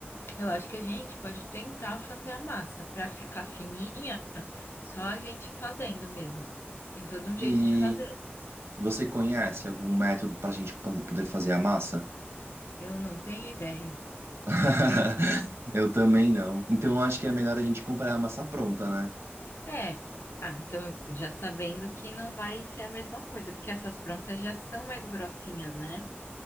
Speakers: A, on the left; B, on the right.
A: Eu acho que a gente pode tentar fazer a massa para ficar fininha, só a gente fazendo mesmo. Tem todo um jeito
B: E
A: de fazer.
B: Você conhece algum método para a gente po- poder fazer a massa?
A: Eu não tenho ideia.
B: <laughs> Eu também não. Então eu acho que é melhor a gente comprar a massa pronta, né?
A: É. Ah, então já sabendo que não vai ser a mesma coisa, porque essas prontas já são mais grossinhas, né?